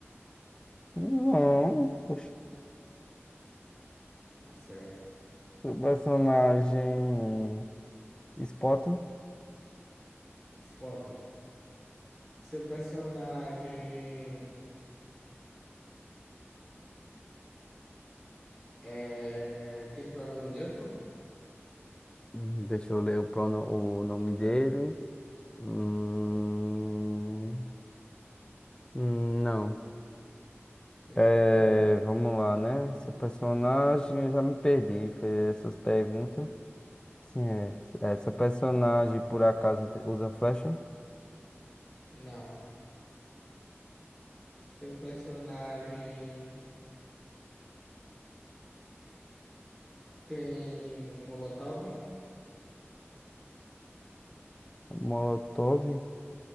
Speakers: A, on the left; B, in the centre.
A: Não. Oxi.
B: Tá certo.
A: Seu personagem. Spot?
B: Spota. Seu personagem é... tem pronome neutro?
A: Hum, Deixa eu ler o, prono, o nome dele. Hum, hum, não.
B: Tem
A: É,
B: não, né?
A: vamos lá, né? Seu personagem, eu já me perdi. Foi essas perguntas. Sim, é. é seu personagem, por acaso, te- usa flecha?
B: Não. Seu personagem tem molotov?
A: Molotov?